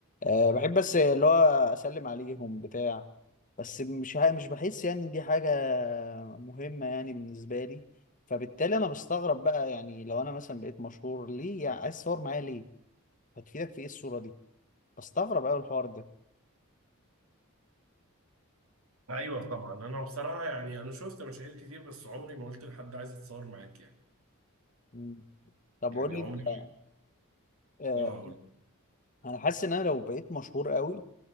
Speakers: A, on the left (about 35°); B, on the right (about 70°).
A: أه بحب بس اللي هو اسلم عليهم بتاع بس مش ع- مش بحس يعني إن دي حاجه مهمه يعني بالنسبه لي فبالتالي انا بستغرب بقى يعني لو انا مثلا بقيت مشهور ليه يعني عايز تصور معايا ليه هتفيدك في ايه الصوره دي بستغرب قوي الحوار ده
B: ايوه طبعا انا بصراحة يعني انا شفت مشاهير كتير بس عمري ما قلت لحد عايز اتصور معاك يعني
A: مم. طب
B: يعني
A: قول لي
B: عمري
A: انت آه،
B: اه قلت
A: انا حاسس ان انا لو بقيت مشهور قوي